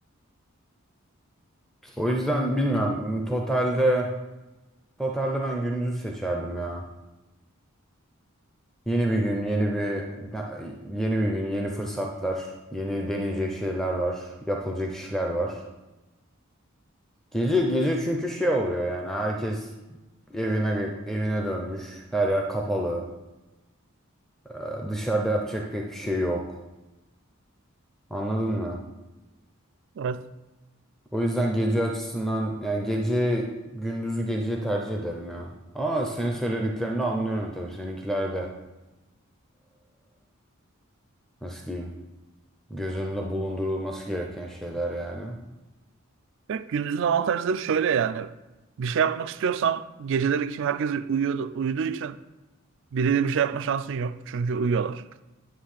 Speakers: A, in the centre; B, on the right (about 60°).
A: O yüzden bilmiyorum. Totalde totalde ben gündüzü seçerdim ya. Yeni bir gün, yeni bir yeni bir gün, yeni fırsatlar, yeni deneyecek şeyler var, yapılacak işler var. Gece gece çünkü şey oluyor yani herkes evine evine dönmüş. Her yer kapalı. Ee, Dışarıda yapacak pek bir şey yok. Anladın mı?
B: Evet.
A: O yüzden gece açısından yani gece gündüzü geceyi tercih ederim ya. Ama senin söylediklerini anlıyorum tabii seninkiler de. nasıl diyeyim göz önünde bulundurulması gereken şeyler yani.
B: Evet, gündüzün avantajları şöyle yani. Bir şey yapmak istiyorsan geceleri kim herkes uyuyordu, uyuduğu için biriyle bir şey yapma şansın yok. Çünkü uyuyorlar.